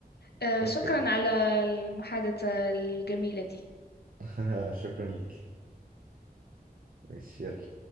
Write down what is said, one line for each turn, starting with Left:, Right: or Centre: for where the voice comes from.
Left: آه،
Right: اوكي
Left: شكرا على المحادثة الجميلة دي
Right: <laughs> شكرا ليكي ماشي يلا